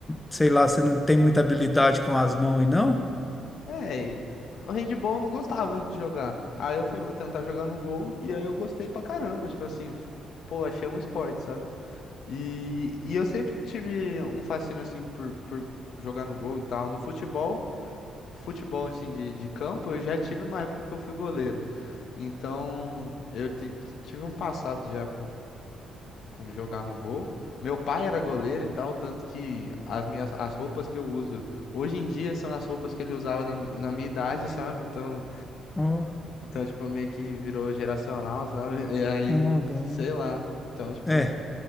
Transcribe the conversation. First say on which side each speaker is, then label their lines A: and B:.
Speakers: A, on the left; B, on the left.
A: sei lá, você não tem muita habilidade com as mãos aí, não?
B: É, o handball eu não gostava de jogar. Aí eu falei, vou tentar jogar no gol, e aí eu gostei pra caramba, tipo assim, f- pô, achei um esporte, sabe? E, e eu sempre tive um fascínio, assim, por, por jogar no gol e tal. No futebol, futebol, assim, de, de campo, eu já tive uma época que eu fui goleiro. Então, eu te- tive um passado já com jogar no gol. Meu pai era goleiro e tal, tanto que as minhas as roupas que eu uso hoje em dia são as roupas que ele usava na, mi- na minha idade, sabe? Então,
A: Ó,
B: então tipo meio que virou geracional, sabe? <laughs> E aí,
A: ó, bom.
B: sei lá. Então, tipo,
A: É.